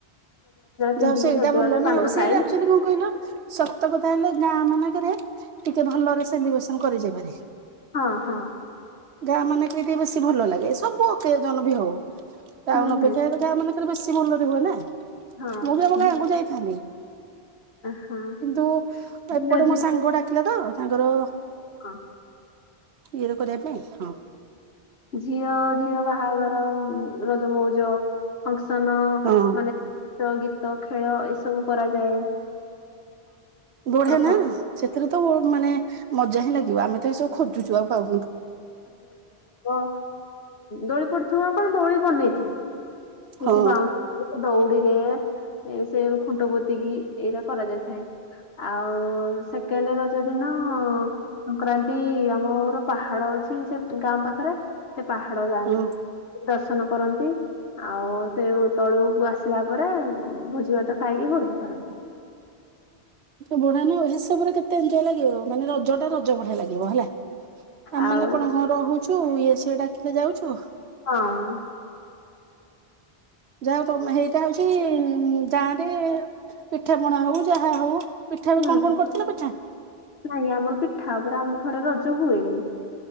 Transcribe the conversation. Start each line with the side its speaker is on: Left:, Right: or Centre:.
Left: ପିନ୍ଧିକି
Right: ଯାହା ହଉ ସେଇଟା
Left: ସଜବାଜ
Right: ଭଲ ନା
Left: ପାନ
Right: ଆଉ ସେଇଟା
Left: ଖାଇ
Right: ଆକ୍ଚୁଆଲି କଣ କହିଲ ସତ କଥା ହେଲା ଗାଁ ମାନେଙ୍କେରେ ଟିକେ ଭଲରେ ସେଲିବ୍ରେସନ କରି ଯିବେରେ
Left: ହଁ-ହଁ।
Right: ଗାଁ ମାନେ କି ଟିକେ ବେଶୀ ଭଲ ଲାଗେ ସବୁ ଅକେଜନ୍ ବି ହଉ ଟାଉନ୍
Left: ହୁଁ
Right: ଅପେକ୍ଷା
Left: ହୁଁ
Right: ଗାଁ ମାନଙ୍କରେ ବେଶୀ ଭଲରେ ହୁଏ ନା
Left: ହଁ
Right: ମୁଁ ବି ଆମ
Left: ଝି-
Right: ଗାଁକୁ ଯାଇଥାନ୍ତି
Left: ହଁ।
Right: କିନ୍ତୁ
Left: ଝିଅ
Right: ଏପଟେ
Left: ଝିଅ
Right: ମୋ ସାଙ୍ଗ ଡାକିଲା ତ ତାଙ୍କର
Left: ହଁ।
Right: ଇଏ ର କରିବା ପାଇଁ
Left: ଝିଅ -ଝିଅ ବାହାଘର ଉଁ- ରଜମଉଜ ଫଙ୍କ୍ସନ
Right: ହଁ
Left: ମାନେ ନାଚ ଗୀତ ଖେଳ ଏସବୁ କରାଯାଏ।
Right: ବୁଢା
Left: ପ୍ରଥମ
Right: ନା ସେଥିରେ ତ ମୋ-ମାନେ ମଜା ହିଁ ଲାଗିବ ଆମେ ତ ଏସବୁ ଖୋ ଜୁଚୁ ଆଉ ପାଉନୁ।
Left: ତ ଦୋଳି ପଡିଥିବ ପା ଦୋଳି ବନେଇଥିବି। ସେ-
Right: ହଁ
Left: ସେ ବାଉଁଶ ଦଉଡିରେ ସେ ଖୁଣ୍ଟ ପୋତିକି ଏଇରା କରାଯାଇଥାଏ। ଆଉ ସେକେଣ୍ଡେ ରଜ ଦିନ ସଂକ୍ରାନ୍ତି ଆମର ପାହାଡ ଅଛି ସେ ଗାଁ ପାଖେରେ ସେ ପାହାଡ ଯାଆନ୍ତି
Right: ହଁ।
Left: ଦର୍ଶନ କରନ୍ତି। ଆଉ ସେ ତଳୁକୁ ଆସିଲା ପରେ ଭୋଜି ଭାତ ଖାଇକି ଘରକୁ ଫେରନ୍ତି।
Right: ବଢିଆ ନ ହିସାବ କର କେତେ ଏଞ୍ଜୟ୍ ଲାଗିବ ମାନେ ରଜ ଟା ରଜ ଭଳିଆ ଲାଗିବ ହେଲା। ଆମ
Left: ଆଉ
Right: ମାନେ କଣ ଘରେ ରହୁଚୁ ଇଏ ସିଏ ଡାକିଲେ ଯାଉଚୁ।
Left: ହଁ।
Right: ଯାହା ହଉ ତମେ ହେଇଟା ହଉଚି ଗାଁରେ ପିଠା ପଣା ହଉ ଯାହା ହଉ ପିଠା
Left: ହୁଁ
Right: କୁ କଣ୍ କଣ୍ କରିଥିଲ ପିଠା?
Left: ନାଇଁ ଆମର ପିଠା ଉପରେ ଆମ ଘରେ ରଜ ହୁଏନି।